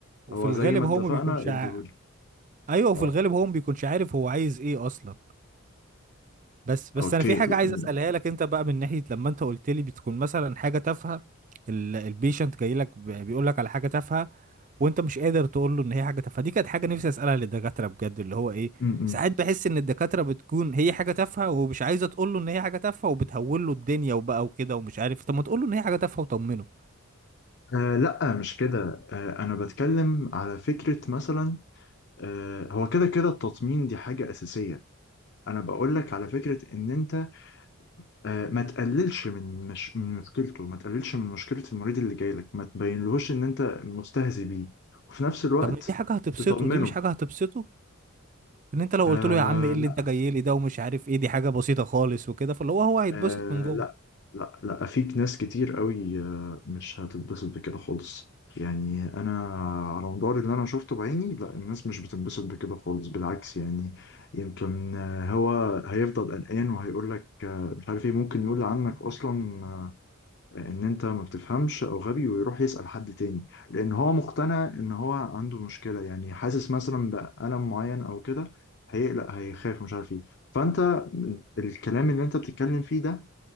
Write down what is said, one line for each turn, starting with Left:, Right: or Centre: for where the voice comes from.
Right: وفي
Left: هو
Right: الغالب
Left: زي ما
Right: هو
Left: اتفقنا
Right: ما بيكونش
Left: اديهولي
Right: ع... ايوه وفي
Left: اه
Right: الغالب هو ما بيكونش عارف هو عايز ايه اصلا بس بس
Left: اوكي
Right: انا في حاجه
Left: يعني
Right: عايز اسالها لك انت بقى من ناحيه لما انت قلت لي بتكون مثلا حاجه تافهه البيشنت جاي لك بيقول لك على حاجه تافهه وانت مش قادر تقول له ان هي حاجه تافهه دي كانت حاجه نفسي اسالها للدكاتره بجد اللي هو ايه
Left: امم
Right: ساعات بحس ان الدكاتره بتكون هي حاجه تافهه ومش عايزه تقول له ان هي حاجه تافهه وبتهول له الدنيا وبقى وكده ومش عارف طب ما تقول له ان هي حاجه تافهه وطمنه
Left: آه لا مش كده آه انا بتكلم على فكرة مثلا آه هو كده كده التطمين دي حاجة اساسية انا بقول لك على فكرة ان انت آه، ما تقللش من مش... من مشكلته ما تقللش من مشكلة المريض اللي جاي لك ما تبينلهوش ان انت مستهزي بيه وفي نفس الوقت
Right: طب ما دي حاجه هتبسطه
Left: تطمنه
Right: دي مش حاجه هتبسطه ان انت لو
Left: آه
Right: قلت له يا عم ايه اللي
Left: لا
Right: انت جاي لي ده ومش عارف ايه دي حاجه بسيطه خالص وكده فاللي هو هو هيتبسط
Left: آه
Right: من جوه
Left: لا لا لا في ناس كتير قوي آه، مش هتتبسط بكده خالص يعني انا على مدار اللي انا شفته بعيني لا الناس مش بتتبسط بكده خالص بالعكس يعني يمكن آه، هو هيفضل قلقان وهيقول لك مش عارف ايه ممكن يقول عنك اصلا ان انت ما بتفهمش او غبي ويروح يسأل حد تاني لان هو مقتنع ان هو عنده مشكلة يعني حاسس مثلا بألم معين او كده هيقلق هيخاف مش عارف ايه فانت الكلام اللي انت بتتكلم فيه ده